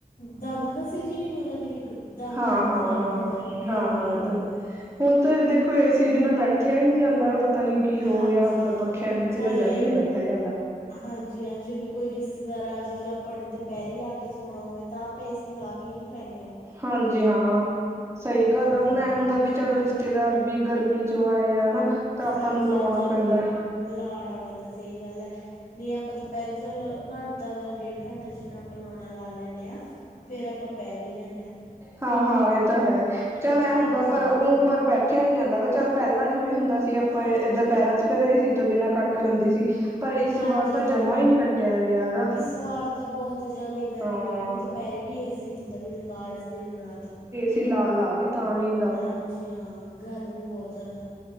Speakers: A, on the left; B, on the right.
A: ਦਮ ਖਾਂਸੀ ਜੀ ਨਈ ਹੋ ਜਾਂਦੀ ਵੀ। ਕ ਦਮ
B: ਹਾਂ
A: ਜ ਘੁੱਟ
B: ਹਾਂ
A: ਲੱਗ
B: ਹਾਂ
A: ਜਾਂਦਾ ਵੀ ਗਰਮੀ
B: ਹਾਂ ਹਾਂ
A: ਇੰਨੀ
B: ਇਹ ਤਾਂ
A: ਹੋ ਗਈ।
B: ਹੁਣ ਤੇ ਦੇਖੋ ਏ ਸੀ ਵੀ ਨਾ ਬੈ ਠਿਆ ਈ ਨੀ ਜਾਂਦਾ ਪਤਾ ਨੀ ਕੀ ਹੋ
A: ਹਾਂਜੀ
B: ਗਿਆ,
A: ਹਾਂ
B: ਪੱਖਿਆ ਨੀਚੇ
A: ਨਾਲੇ
B: ਤਾਂ ਜਮਾ ਈ ਨੀ ਬੈਠਿਆ ਜਾਂਦਾ।
A: ਹਾਂਜੀ ਹਾਂ ਜਿਵੇਂ ਕੋਈ ਰਿਸ਼ਤੇਦਾਰ ਆ ਜੇ ਜਾਂ ਆਪਣੇ ਦ ਪਹਿਰੇ ਲਾ ਕੇ ਸੋਣਾ ਹੋਵੇ ਤਾਂ ਆਪਾਂ ਏਸੀ ਲਾ ਕੇ ਹੀ ਪੈਨੇ ਆ।
B: ਹਾਂਜੀ ਹਾਂ, ਸਈ ਗੱਲ
A: ਹਾਂਜੀ
B: ਆ ਹੁਣ
A: ਹਾਂ
B: ਐ ਹੁੰਦਾ ਵੀ
A: ਸਹੀ
B: ਚੱਲ
A: ਗੱਲ
B: ਰਿਸ਼ਤੇਦਾਰ ਵੀ ਗਰਮੀ ਚੋਂ ਆਏ ਆ ਨਾ ਤਾਂ ਆਪਾਂ
A: ਹਾਂਜੀ
B: ਨੂੰ ਲਾਉਣਾ
A: ਹਾਂ ਚੱਲ
B: ਪੈਂਦਾ।
A: ਲਾਉਣਾ ਪੈਂਦਾ ਸਈ ਗੱਲ ਐ, ਨਈ ਆਪਾਂ ਦੁਪਹਿਰੀ ਚਲ ਘੰਟਾ ਜਾਂ ਡੇਢ ਘੰਟਾ ਜਿੰਨਾ ਆਪਾਂ ਲਾਉਣਾ ਲਾ ਲੈਨੇ ਆ ਫੇਰ ਆਪਾਂ ਪੈ ਵੀ ਜਾਨੇ ਆ।
B: ਹਾਂ-ਹਾਂ ਏ ਤਾਂ ਹੈ ਚੱਲ ਐ
A: ਹਾਂਜੀ
B: ਹੁੰਦਾ ਪਰ
A: ਹਾਂ
B: ਓ ਪਰ ਬੈਠਿਆ ਨੀ ਜਾਂਦਾ ਗਾ ਚੱਲ ਪੈਲਾਂ ਜਿਵੇਂ ਹੁੰਦਾ ਸੀ ਆਪਾਂ
A: ਹਾਂਜੀ
B: ਇੱਧਰ ਪੈਰਾਂ ਚ ਪੈ ਰਹੇ ਏਸੀ ਤੋਂ ਬਿਨਾਂ ਕਾ ਟ ਲੈਂਦੇ ਸੀ ਪਰ ਇਸ
A: ਹਾਂਜੀ
B: ਵਾਰ ਤਾਂ
A: ਹਾਂ
B: ਜਮਾ ਈ ਨਈ ਕੱਟਿਆ ਗਿਆ ਹੈਗਾ।
A: ਇਸ ਵਾਰ ਤਾਂ ਬਹੁਤ ਜ਼ਿਆਦਾ ਗਰਮੀ
B: ਹਾਂ
A: ਆ ਮੈਡਮ ਦੁਪਹਿਰੇ ਵੀ ਏ ਸੀ ਹੁੰਦਾ ਵੀ ਲਗਾ ਲ ਇਸ ਦਿਨ ਰਾਤ
B: ਫਿਲਹਾਲ ਵੀ ਤਾਂ ਨ
A: ਹਾਂਜੀ, ਹਾਂ ਗਰਮੀ ਬੋਤ ਜਾਦਾ।